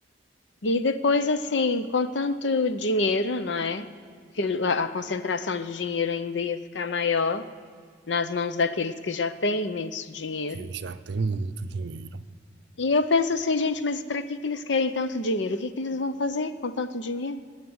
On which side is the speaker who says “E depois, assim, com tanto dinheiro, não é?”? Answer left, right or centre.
Left